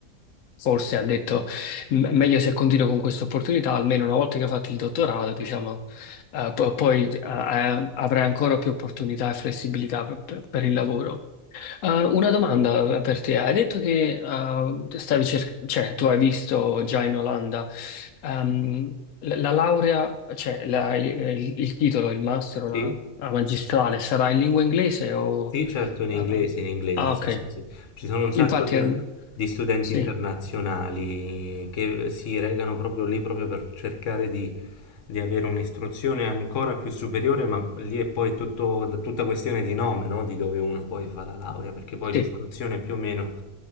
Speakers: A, on the left; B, on the left.
A: forse ha detto. M- meglio se continuo con questa opportunità, almeno una volta che ho fatto il dottorato, diciamo, eh, po- poi eh, eh, avrai ancora più opportunità e flessibilità per, per- per il lavoro. Eh, una domanda eh, per te. Hai detto che eh, stavi cerc- cioè, tu hai visto già in Olanda, ehm, la, la laurea, cioè la- il, il titolo, il master o la,
B: Sì,
A: la magistrale sarà in lingua inglese o...
B: sì, certo, in
A: eh,
B: inglese, in inglese,
A: ah,
B: sì,
A: ok.
B: sì, sì. Ci sono un
A: Infatti,
B: sacco di,
A: è un-
B: di studenti
A: sì,
B: internazionali che si recano proprio lì proprio per cercare di, di avere un'istruzione ancora più superiore, ma lì è poi tutto, tutta questione di nome, no? Di dove uno poi fa la laurea, perché poi l'istruzione
A: sì,
B: più o meno